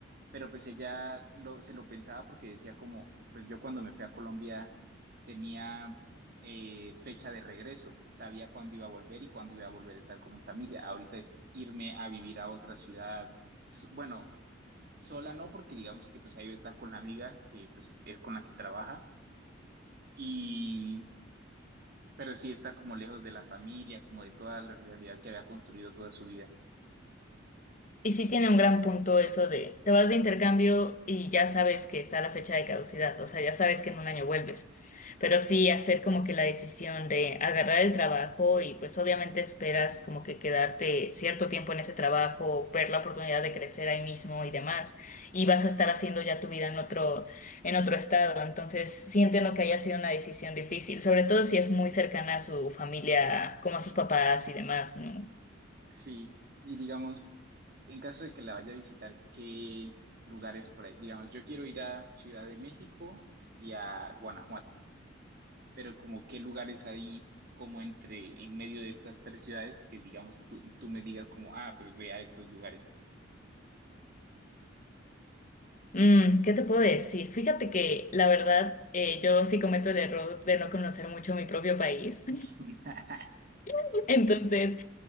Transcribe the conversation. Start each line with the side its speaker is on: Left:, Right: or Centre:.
Right: pero pues ella lo, se lo pensaba porque decía como, pues yo cuando me fui a Colombia tenía eh, fecha de regreso, sabía cuándo iba a volver y cuándo iba a volver a estar con mi familia. Ahorita es irme a vivir a otra ciudad, s- bueno. sola no, porque digamos que pues ahí va a estar con la amiga que pues es con la que trabaja y pero sí está como lejos de la familia, como de toda la realidad que había construido toda su vida.
Left: Y sí tiene un gran punto eso de, te vas de intercambio y ya sabes que está la fecha de caducidad, o sea, ya sabes que en un año vuelves. Pero sí hacer como que la decisión de agarrar el trabajo y pues obviamente esperas como que quedarte cierto tiempo en ese trabajo, ver la oportunidad de crecer ahí mismo y demás, y vas a estar haciendo ya tu vida en otro, en otro estado. Entonces, sí entiendo que haya sido una decisión difícil, sobre todo si es muy cercana a su familia, como a sus papás y demás, ¿no?
Right: Sí, y digamos, en caso de que la vaya a visitar, ¿qué lugares por ahí? Digamos, yo quiero ir a Ciudad de México y a Guanajuato, pero como qué lugares hay como entre, en medio de estas tres ciudades que digamos tú, tú me digas como, ah, pues ve a estos lugares.
Left: Mm, ¿qué te puedo decir? Fíjate que la verdad eh, yo sí cometo el error de no conocer mucho mi propio país.
Right: <laughs>
Left: <laughs> Entonces,